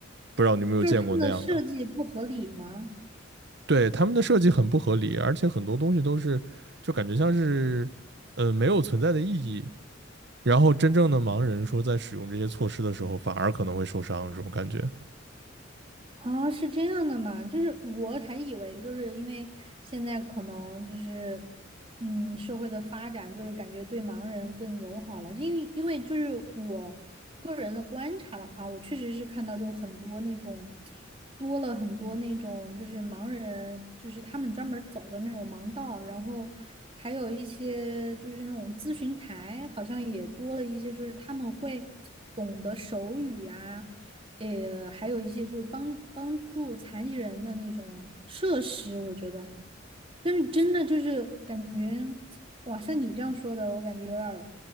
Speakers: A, on the right (about 60°); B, on the right (about 30°).
A: 不知道你有没有见过那样的？
B: 就是他们的设计不合理吗？
A: 对，他们的设计很不合理，而且很多东西都是就感觉像是呃没有存在的意义。然后真正的盲人说在使用这些措施的时候，反而可能会受伤，这种感觉。
B: 啊，是这样的嘛？就是我还以为，就是因为现在可能就是，嗯，社会的发展就是感觉对盲人更友好了，因为因为就是我个人的观察的话，我确实是看到就很多那种多了很多那种就是盲人，就是他们专门儿走的那种盲道，然后还有一些就是那种咨询台，好像也多了一些，就是他们会懂得手语啊。呃，还有一些就是帮帮助残疾人的那种设施，我觉得，但是真的就是感觉，哇，像你这样说的，我感觉有点儿